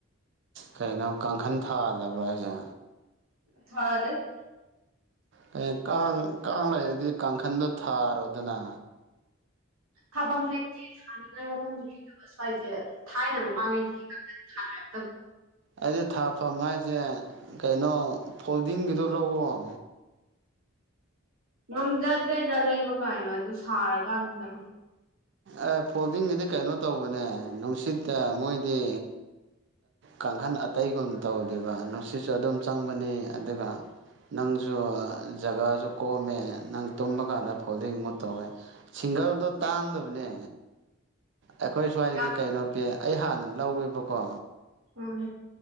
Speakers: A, on the right; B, on the right.
A: ꯀꯩꯅꯣ ꯀꯥꯡꯈꯟ ꯊꯥꯗꯕ꯭ꯔꯣ ꯍꯥꯏꯁꯦ?
B: <unintelligible>
A: <unintelligible> ꯀꯥꯡ-ꯀꯥꯡ ꯂꯩꯔꯗꯤ ꯀꯥꯡꯈꯟꯗꯣ ꯊꯥꯔꯣꯗꯅ꯫
B: ꯊꯥꯐꯝ ꯂꯩꯇꯦ ꯊꯥꯅꯤꯡꯉꯥꯏ ꯃꯐꯝꯁꯨ ꯂꯩꯇꯕ ꯁ꯭ꯋꯥꯏꯁꯦ ꯊꯥꯏꯅ ꯃꯃꯥꯡꯉꯩꯗꯒꯤ ꯀꯥꯡꯈꯜ ꯊꯔꯛ
A: ꯑꯩꯗꯤ ꯊꯥꯐꯝ ꯍꯥꯏꯁꯦ ꯀꯩꯅꯣ ꯐꯣꯜꯗꯤꯡꯒꯤꯗꯣ ꯂꯧꯑꯣ꯫
B: ꯉꯝꯖꯗ꯭ꯔꯦꯗ ꯂꯩꯕ ꯀꯥꯏꯅ ꯑꯗꯨ ꯁꯥꯔ ꯀꯥꯟꯁꯤꯗ꯫
A: ꯑ ꯐꯣꯜꯗꯤꯡꯒꯤꯗꯤ ꯀꯩꯅꯣ ꯇꯧꯕꯅꯦ ꯅꯨꯡꯁꯤꯠꯇ ꯃꯣꯏꯗꯤ ꯀꯥꯡꯈꯟ ꯑꯇꯩꯒꯨꯝ ꯇꯧꯗꯦꯕ ꯅꯨꯡꯁꯤꯠꯁꯨ ꯑꯗꯨꯝ ꯆꯪꯕꯅꯤ ꯑꯗꯨꯒ ꯅꯪꯁꯨ ꯖꯒꯥꯁꯨ ꯀꯣꯝꯃꯦ ꯅꯪ ꯇꯨꯝꯕ ꯀꯥꯟꯗ ꯐꯣꯜꯗꯤꯡꯃꯨꯛ ꯇꯧꯋꯦ ꯁꯤꯡꯒꯜꯗꯣ ꯇꯥꯡꯗꯕꯅꯦ ꯑꯩꯈꯣꯏ ꯁ꯭ꯋꯥꯏꯗꯗꯤ
B: ꯌꯥꯝ
A: ꯀꯩꯅꯣ ꯄꯤ ꯑꯩ ꯍꯥꯟꯅ ꯂꯧꯋꯦꯕꯀꯣ
B: ꯎꯝ